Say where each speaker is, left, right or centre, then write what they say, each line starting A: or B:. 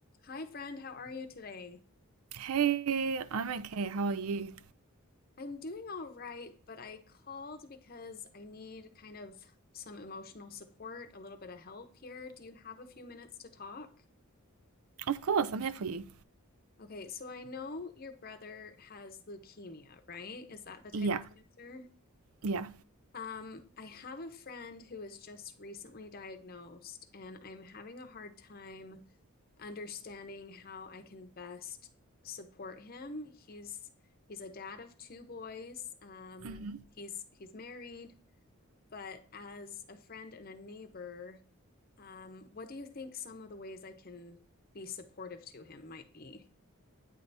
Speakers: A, on the left; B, on the right.
A: Hi, friend. How are you today?
B: Hey, I'm okay. How are you?
A: I'm doing all right, but I called because I need kind of some emotional support, a little bit of help here. Do you have a few minutes to talk?
B: Of course, I'm here for you.
A: Okay, so I know your brother has leukemia, right? Is that the type
B: Yeah,
A: of cancer?
B: yeah.
A: Um, I have a friend who was just recently diagnosed, and I'm having a hard time understanding how I can best support him. He's he's a dad of two boys. Um,
B: hmm
A: he's he's married, but as a friend and a neighbor, um, what do you think some of the ways I can be supportive to him might be?